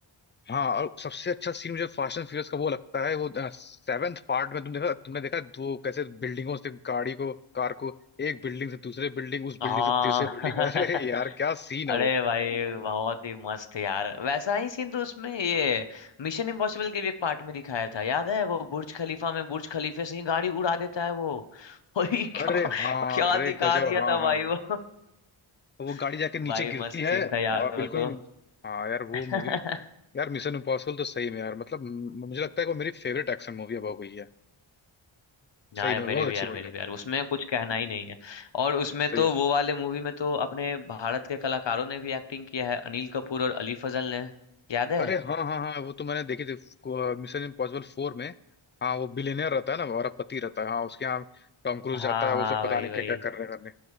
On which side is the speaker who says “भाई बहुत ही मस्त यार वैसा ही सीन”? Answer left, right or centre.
Left